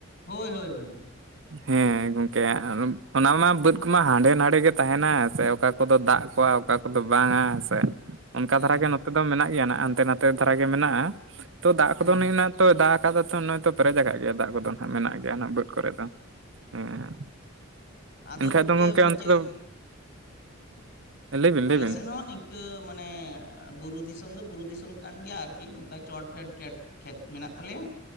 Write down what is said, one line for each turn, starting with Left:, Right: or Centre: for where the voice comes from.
Left: ᱦᱳᱭ ᱦᱳᱭ ᱦᱳᱭ ᱦᱳᱭ
Right: ᱦᱮᱸ ᱜᱚᱝᱠᱮ ᱚᱱᱟ ᱢᱟ ᱵᱟᱹᱫᱽ ᱠᱚᱢᱟ ᱦᱟᱸᱰᱮ ᱱᱟᱰᱮ ᱜᱮ ᱛᱟᱦᱮᱱᱟ ᱥᱮ ᱚᱠᱟ ᱠᱚᱫᱚ ᱫᱟᱜ ᱠᱚᱜ-ᱟ ᱚᱠᱟ ᱠᱚ ᱟᱫᱚ ᱵᱟᱝᱟ ᱦᱮᱸ ᱥᱮ ᱚᱱᱠᱟ
Left: ᱦᱮᱸ
Right: ᱫᱷᱟᱨᱟ
Left: ᱦᱮᱸ
Right: ᱜᱮ ᱱᱚᱛᱮ ᱫᱚ ᱢᱮᱱᱟᱜ ᱜᱮᱭᱟ ᱱᱟᱜ ᱦᱟᱱᱛᱮ ᱱᱟᱛᱮ ᱫᱷᱟᱨᱟ ᱜᱮ ᱢᱮᱱᱟᱜᱼᱟ᱾ ᱛᱚ ᱫᱟᱜ ᱠᱚᱫᱚ
Left: ᱦᱮᱸ
Right: ᱱᱤᱱᱟᱜ ᱛᱚ ᱫᱟᱜ ᱟᱠᱟᱫᱟ ᱛᱚ ᱱᱚ-ᱚᱭ ᱛᱚ ᱯᱮᱨᱮᱡ ᱟᱠᱟᱫ ᱜᱮᱭᱟ ᱫᱟᱜ ᱠᱚᱫᱚ᱾ ᱢᱮᱱᱟᱜ ᱜᱮᱭᱟ ᱱᱟᱜ ᱵᱟᱹᱫᱽ ᱠᱚᱨᱮ ᱫᱚ ᱦᱮᱸ,
Left: ᱟᱫᱚ
Right: ᱮᱱᱠᱷᱟᱡ
Left: ᱜᱚᱝᱠᱮ
Right: ᱫᱚ ᱜᱚᱢᱠᱮ
Left: ᱢᱟᱱᱮ
Right: ᱚᱱᱛᱮ
Left: ᱪᱮᱫ
Right: ᱫᱚ
Left: ᱞᱮᱠᱟ
Right: ᱞᱟᱹᱭᱵᱮᱱ ᱞᱟᱹᱭᱵᱮᱱ,
Left: ᱟᱞᱮ ᱥᱮᱫ ᱦᱚᱸ ᱱᱤᱝᱠᱟᱹ ᱢᱟᱱᱮ ᱵᱩᱨᱩ ᱫᱤᱥᱚᱢ ᱫᱚ ᱵᱩᱨᱩ ᱫᱤᱥᱚᱢ- ᱠᱟᱱ ᱜᱮᱭᱟ ᱟᱨᱠᱤ ᱱᱚᱝᱠᱟ ᱪᱚᱴᱯᱷᱮᱰ ᱠᱮᱰ ᱠᱷᱮᱛ ᱢᱮᱱᱟᱜ ᱛᱟᱞᱮᱭᱟ